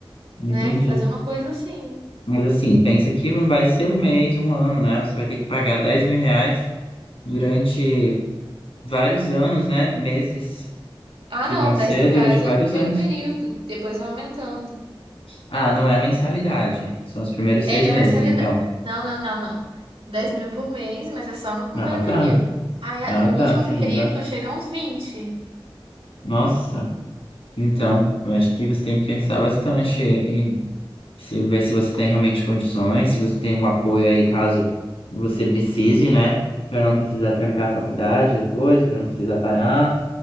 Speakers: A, on the left (about 80°); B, on the right (about 75°).
A: entendi.
B: né, fazer uma coisa assim.
A: Mas assim, pensa que não vai ser um mês, um ano, né? Você vai ter que pagar dez mil reais durante vários anos, né? Meses
B: Ah,
A: que
B: não,
A: vão ser
B: 10 mil reais
A: durante vários
B: é o primeiro
A: anos.
B: período, depois vai aumentando.
A: Ah, não é a mensalidade. São os primeiros seis
B: É
A: meses,
B: a mensalidade.
A: então.
B: Não, não, não, não. 10 mil por mês, mas é só no primeiro
A: Ah, tá.
B: período. Aí, a-
A: Ah,
B: no último
A: tá, sim,
B: período,
A: exato.
B: chega uns 20.
A: Nossa. Então, eu acho que você tem que pensar bastante e se ver se você tem realmente condições, se você tem um apoio aí caso você precise, né? Pra não precisar trancar a faculdade depois, pra não precisar parar.